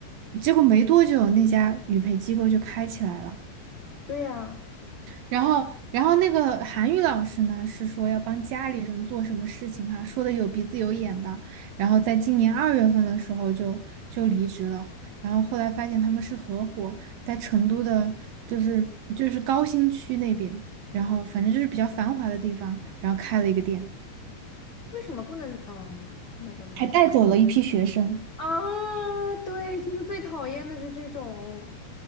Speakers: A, on the right; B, on the left.
A: 结果没多久，那家语培机构就开起来了。
B: 对呀，
A: 然后，然后那个韩语老师呢，是说要帮家里人做什么事情哈、说的有鼻子有眼的。然后在今年二月份的时候就就离职了。然后后来发现他们是合伙，在成都的，就是就是高新区那边，然后反正就是比较繁华的地方，然后开了一个店，
B: 为什么不能？嗯，never mind。
A: 还带走了一批学生。
B: 啊，对，就是最讨厌的是这种，